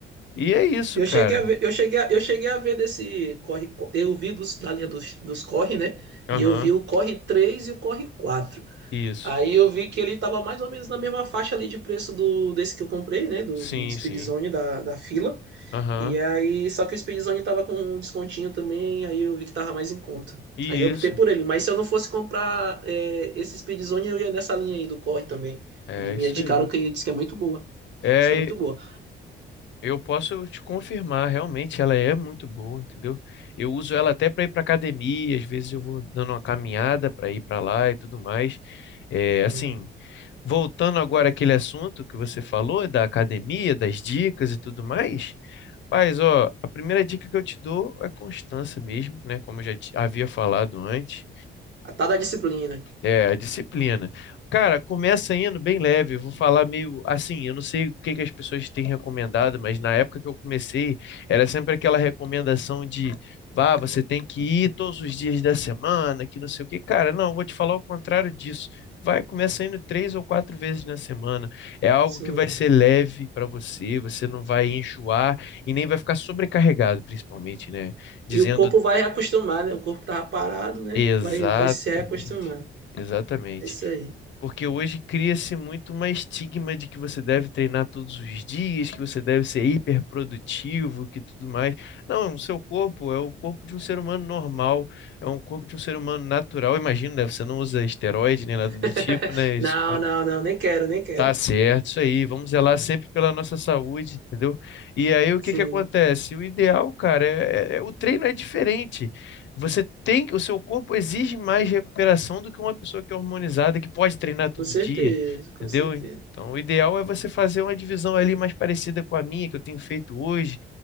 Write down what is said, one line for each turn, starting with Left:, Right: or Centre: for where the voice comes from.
Left: E é isso,
Right: Eu
Left: cara.
Right: cheguei a ver, eu cheguei a, eu cheguei a ver desse Corre... Eu vi dos, da linha dos, dos Corre, né?
Left: Aham,
Right: E eu vi o Corre três e o Corre quatro.
Left: isso.
Right: Aí eu vi que ele tava mais ou menos na mesma faixa ali de preço do desse que eu comprei, né? Do,
Left: Sim,
Right: do Speedzone
Left: sim.
Right: da, da fila.
Left: Aham,
Right: E aí, só que o Speedzone tava com um descontinho também, aí eu vi que tava mais em conta.
Left: E
Right: Aí eu optei
Left: isso.
Right: por ele. Mas se eu não fosse comprar é, esse Speedzone, eu ia nessa linha aí do Corre também.
Left: É
Right: Me
Left: isso
Right: indicaram
Left: aí.
Right: que diz que é muito boa.
Left: É,
Right: Diz que é muito
Left: e
Right: boa.
Left: eu posso te confirmar, realmente ela é muito boa, entendeu? Eu uso ela até para ir para academia, às vezes eu vou dando uma caminhada para ir para lá e tudo mais. É, assim,
Right: Uhum.
Left: voltando agora àquele assunto que você falou da academia, das dicas e tudo mais. Paz, ó, a primeira dica que eu te dou é constância mesmo, né? Como eu já te- havia falado antes.
Right: A tal da disciplina.
Left: É, a disciplina. Cara, começa indo bem leve, eu vou falar meio assim, eu não sei o que que as pessoas têm recomendado, mas na época que eu comecei, era sempre aquela recomendação de, vá, você tem que ir todos os dias da semana, que não sei o que. Cara, não, eu vou te falar o contrário disso. Vai, começa indo três ou quatro vezes na semana. É algo
Right: Sim.
Left: que vai ser leve para você, você não vai enjoar e nem vai ficar sobrecarregado, principalmente, né? Dizendo
Right: E o corpo vai reacostumar, né? O corpo que tava parado, né?
Left: exatamente.
Right: Vai, vai se reacostumando.
Left: Exatamente.
Right: É isso aí.
Left: Porque hoje cria-se muito uma estigma de que você deve treinar todos os dias, que você deve ser hiperprodutivo, que tudo mais. Não, o seu corpo é o corpo de um ser humano normal, é um corpo de um ser humano natural. Imagino, né? Você não usa esteroide nem nada do
Right: <laughs>
Left: tipo, né? Isso
Right: Não, não, não, nem quero, nem quero.
Left: Tá certo, isso aí. Vamos zelar sempre pela nossa saúde, entendeu? E aí o que
Right: Sim,
Left: que acontece? O ideal, cara, é, é- o treino é diferente. Você tem que, o seu corpo exige mais recuperação do que uma pessoa que é hormonizada que pode treinar todo
Right: com certeza,
Left: dia,
Right: com
Left: entendeu?
Right: certeza.
Left: Então, o ideal é você fazer uma divisão ali mais parecida com a minha que eu tenho feito hoje,